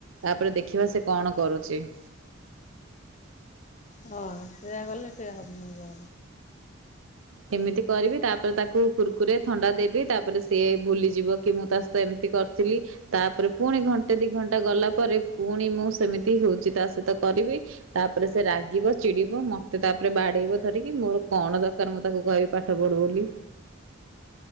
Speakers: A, on the right (about 75°); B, on the left (about 35°).
A: ତାପରେ ଦେଖିବା ସେ କଣ କରୁଚି। <inaudible>
B: ହଁ ସେଇୟଆ ଗଲେ ସେ ହବନ ଯ
A: ଏମିତି କରିବି ତାପରେ ତାକୁ କୁରୁକୁରୀ ରେ ଥଣ୍ଡା ଦେବି ତାପରେ ସିଏ ଭୁଲିଯିବ କି ମୁଁ ତା ସହିତ ଏମିତି କରିଥିଲି, ତାପରେ ପୁଣି ଘଣ୍ଟେ ଦି ଘଣ୍ଟା ଗଲା ପରେ ପୁଣି ମୁଁ ସେମିତି ହୋଉଚି ତା ସହିତ କରିବି। ତାପରେ ସେ ରାଗିବ ଚିଡିବ ମ ମ ତାପରେ ବାଡେଇବ ଧରିକି ମୋର କଣ ଦରକାର। ଦ ମୁଁ ତାକୁ କହିବି ପାଠ ପଢୁ ବୋଲି।